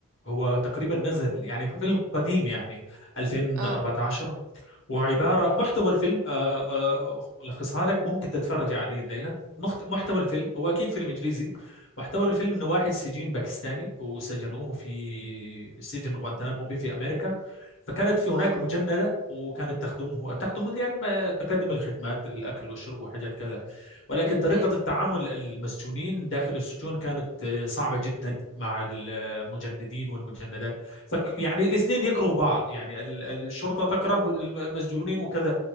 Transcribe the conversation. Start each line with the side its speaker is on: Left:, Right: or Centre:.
Left: هو تقريبا نزل يعني فيلم قديم يعني 2014
Right: اه
Left: وعبارة محتوى الفيلم آه، آه، ألخصها لك ممكن تتفرج عليه الليلة مخت- محتوى الفيلم هو أكيد فيلم إنجليزي محتوى الفيلم إنه واحد سجين باكستاني وسجنوه في سجن غوانتنامو بي في أمريكا فكانت في هناك
Right: اوه
Left: مجندة وكانت تخدمه تخدم يعني ما تقدم الخدمات الأكل والشرب وحاجات كذا ولكن طريقة
Right: امم
Left: التعامل المسجونين داخل السجون كانت آه، صعبة جدا مع المجندين والمجندات فك يعني الاثنين يكرهوا بعض يعني ال- ال- الشرطة تكره
Right: اوه
Left: المسجونين وكذا